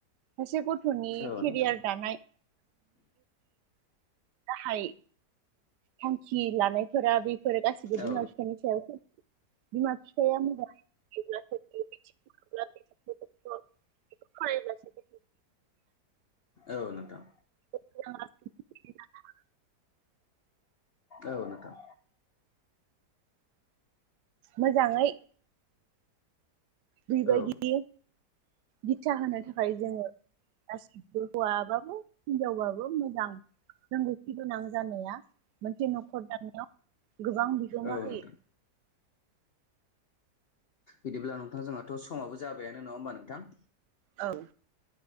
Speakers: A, on the right; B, on the left.
A: सासे गथ'नि
B: औ
A: केरियार
B: नोंथां
A: दानाय गाहाय थांखि लानायफोरा बेफोर गासिबो बिमा-बिफानि
B: औ
A: सायाव बिमा बिफाया <unintelligible> <unintelligible>
B: औ नोंथां
A: <unintelligible>
B: औ नोंथां
A: मोजाङै बेबायदि
B: औ
A: बिथा होनो थाखाय जोङो गासिबो हौवाबाबो हिनजावबाबो मोजां रोंगौथि गोनां जानाया मोनसे न'खर दानायाव गोबां बिहोमा
B: औ
A: होयो
B: नोंथां बिदिब्ला नोंथां जोंहाथ' समाबो जाबायानो नङा होमबा नोंथां?
A: औ